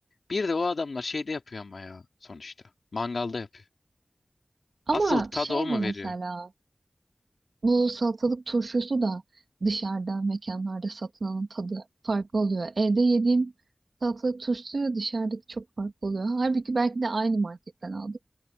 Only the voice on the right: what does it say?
Ama
şey
de mesela
Bu salatalık turşusu da dışarıda mekanlarda satılanın tadı farklı oluyor. Evde yediğim salatalık turşusuyla dışarıdaki çok farklı oluyor. Halbuki belki de aynı marketten aldım.